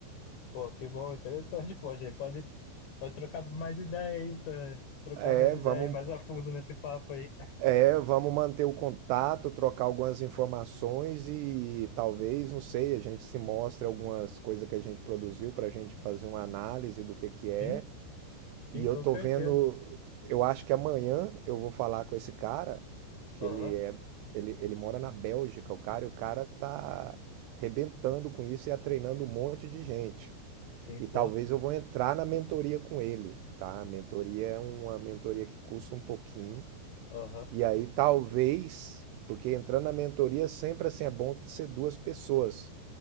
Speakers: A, on the left; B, on the right.
A: Pô, que bom, interessante. Pô, a gente pode, pode trocar mais ideia aí, tá? Trocar
B: É,
A: mais ideia
B: vamos,
A: aí, mais a fundo nesse papo aí. <laughs>
B: é, vamos manter o contato, trocar algumas informações e talvez, não sei, a gente se mostre algumas coisas que a gente produziu para a gente fazer uma análise do que que
A: Sim,
B: é.
A: sim,
B: E
A: com
B: eu tô
A: certeza.
B: vendo, eu acho que amanhã eu vou falar com esse cara, que
A: Aham,
B: ele é, ele, ele mora na Bélgica, o cara, e o cara tá arrebentando com isso e tá treinando um monte de gente.
A: sim,
B: E
A: pô.
B: talvez eu vou entrar na mentoria com ele, tá? A mentoria é uma mentoria que custa um pouquinho.
A: Aham,
B: E aí talvez, porque entrando na mentoria sempre assim é bom ser duas pessoas.